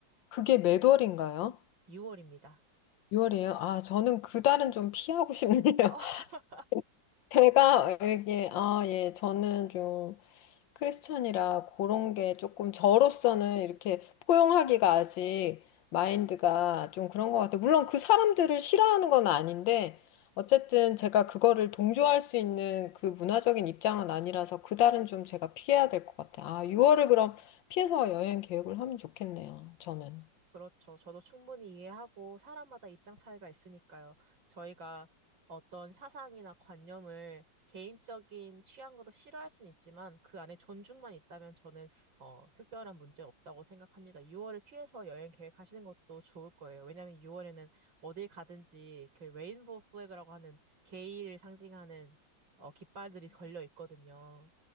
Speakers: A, on the left (about 75°); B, on the right (about 80°).
A: 그게 몇 월인가요?
B: 6월입니다.
A: 6월이에요? 아, 저는 그달은 좀 피하고 싶네요.
B: <laughs>
A: <laughs> 제가 알기에, 아, 예, 저는 좀 크리스찬이라 그런 게 조금 저로서는 이렇게 포용하기가 아직 마인드가 좀 그런 것 같아요. 물론 그 사람들을 싫어하는 건 아닌데, 어쨌든 제가 그거를 동조할 수 있는 그 문화적인 입장은 아니라서 그달은 좀 제가 피해야 될 것 같아요. 아, 6월을 그럼 피해서 여행 계획을 하면 좋겠네요, 저는.
B: 그렇죠. 저도 충분히 이해하고 사람마다 입장 차이가 있으니까요. 저희가 어떤 사상이나 관념을 개인적인 취향으로 싫어할 수는 있지만 그 안에 존중만 있다면 저는 어, 특별한 문제 없다고 생각합니다. 6월을 피해서 여행 계획하시는 것도 좋을 거예요. 왜냐하면 6월에는 어딜 가든지 그 레인보우 플래그라고 하는 게이를 상징하는 어, 깃발들이 걸려 있거든요.